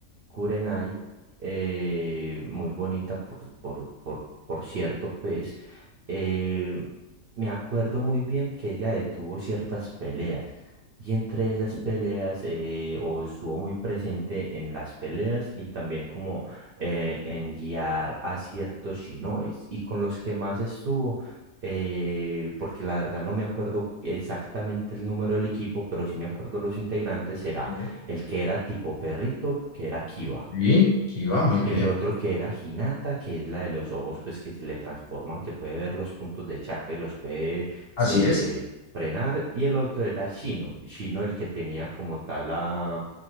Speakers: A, on the right; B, on the left.
A: Kurenai, eh, muy bonita por, por, por, por cierto, pues, eh, me acuerdo muy bien que ella detuvo ciertas peleas y entre esas peleas, eh, o estuvo muy presente en las peleas y también como eh, en guiar a ciertos shinobis y con los que más estuvo. eh, porque la verdad no me acuerdo exactamente el número del equipo, pero sí me acuerdo los integrantes, será
B: A ver,
A: el que era tipo perrito, que era Kiba.
B: Sí, Kiba, muy bien.
A: El otro que era Hinata, que es la de los ojos, pues que se le transforman, que puede ver los puntos de chakra y los puede
B: Así
A: eh,
B: es,
A: frenar. Y el otro era Shino, Shino el que tenía como tal la,